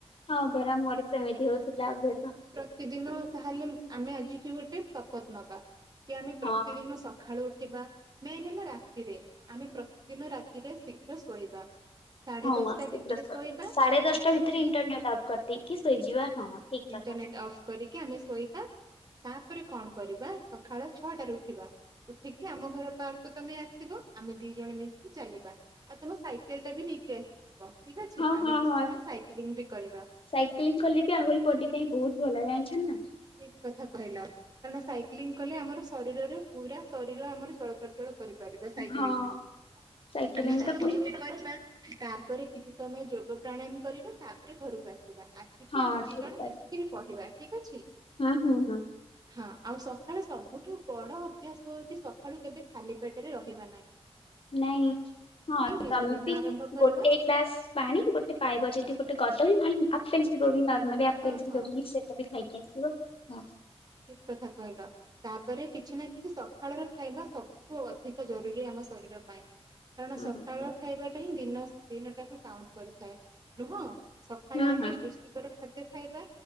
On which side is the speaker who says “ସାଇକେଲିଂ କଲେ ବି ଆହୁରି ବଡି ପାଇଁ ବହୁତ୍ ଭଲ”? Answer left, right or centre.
Left